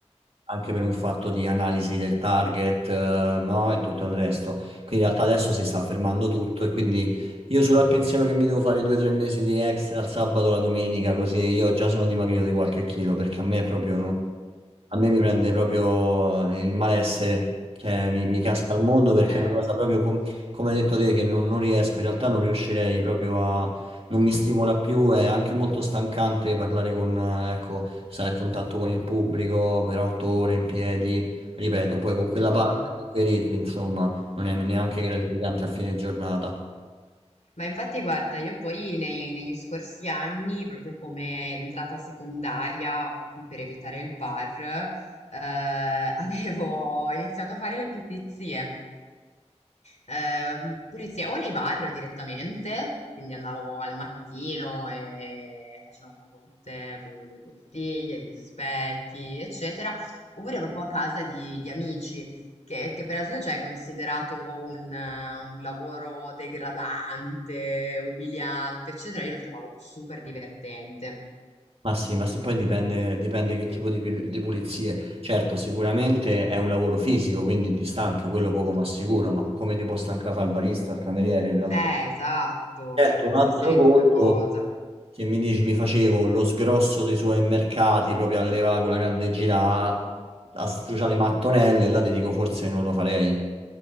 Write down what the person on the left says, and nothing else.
Eh.
mm,
mm.
Ma infatti guarda, io poi nei- negli scorsi anni, proprio come entrata secondaria, proprio per evitare il bar, eh, <laughs> avevo iniziato a fare le pulizie. Ehm, pulizie o nei bar direttamente, quindi andavo al mattino e facevo proprio tutte, pulivo le bottiglie, gli specchi, eccetera, oppure proprio a casa di, di amici, che, che per adesso cioè, è considerato un, eh, un lavoro degradante, umiliante, eccetera, io lo trovavo super divertente.
Eh, esatto,
cioè la
stessa
identica
cosa.